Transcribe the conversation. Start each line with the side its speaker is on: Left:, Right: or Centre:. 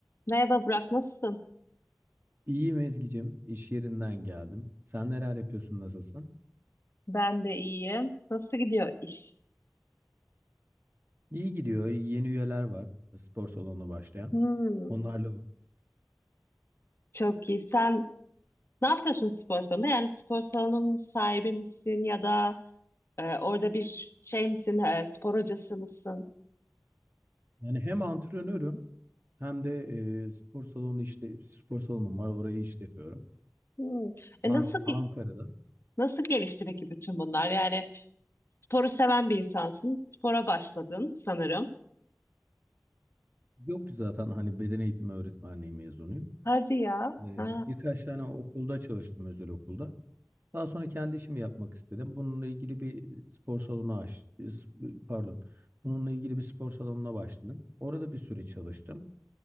Left: Merhaba Burak, nasılsın?
Right: İyiyim Ezgi'cim. İş yerinden geldim. Sen neler yapıyorsun, nasılsın?
Left: Ben de iyiyim. Nasıl gidiyor iş?
Right: İyi gidiyor. Yeni üyeler var. Spor salonuna başlayan.
Left: Hmm,
Right: Onlarla
Left: çok iyi. Sen ne yapıyorsun spor salonunda? Yani spor salonunun sahibi misin ya da e, orada bir şey misin, e, spor hocası mısın?
Right: yani hem antrenörüm hem de e, spor salonu işte spor salonum var. Orayı işletiyorum.
Left: Hmm. E,
Right: An-
Left: nasıl gi-
Right: Ankara'da.
Left: nasıl gelişti peki bütün bunlar? Yani sporu seven bir insansın, spora başladın sanırım.
Right: Yok ki zaten hani beden eğitimi öğretmenliği mezunuyum.
Left: Hadi ya.
Right: E,
Left: Ha,
Right: birkaç tane okulda çalıştım özel okulda. Daha sonra kendi işimi yapmak istedim. Bununla ilgili bir spor salonu aç, pardon. Bununla ilgili bir spor salonuna başladım. Orada bir süre çalıştım.